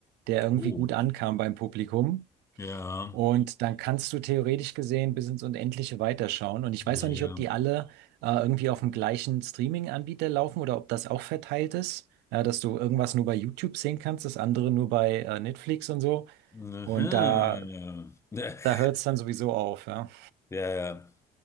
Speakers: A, on the right; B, on the left.
A: der irgendwie
B: Oh.
A: gut ankam beim Publikum.
B: Ja,
A: Und dann kannst du theoretisch gesehen bis ins Unendliche weiterschauen. Und ich weiß
B: ja,
A: noch
B: ja.
A: nicht, ob die alle äh, irgendwie auf dem gleichen Streaming-Anbieter laufen oder ob das auch verteilt ist. Ja, dass du irgendwas nur bei YouTube sehen kannst, das andere nur bei äh, Netflix und so.
B: Mhm.
A: Und da,
B: <laughs>
A: da hört es dann sowieso auf, ja.
B: Ja, ja.